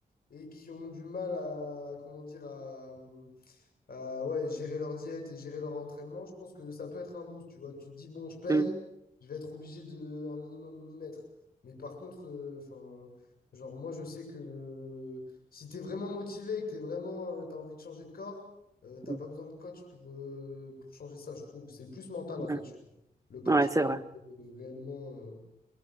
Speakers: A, on the left; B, on the right.
A: et qui ont du mal à, comment dire, à, mmh, euh, ouais, gérer leur diète et gérer leur entraînement, je pense que ça peut être un boost, tu vois. Tu te dis, bon, je paye,
B: Mm,
A: je vais être obligé de un minimum m'y mettre. Mais par contre, euh, enfin, genre, moi, je sais que si t'es vraiment motivé et que t'es vraiment, euh, t'as envie de changer de corps, euh, t'as
B: mm,
A: pas besoin de coach pour, euh, pour changer ça, je trouve. C'est plus mental,
B: mm.
A: en fait, je trouve, le coach,
B: Ouais, c'est
A: que
B: vrai,
A: euh, réellement. euh,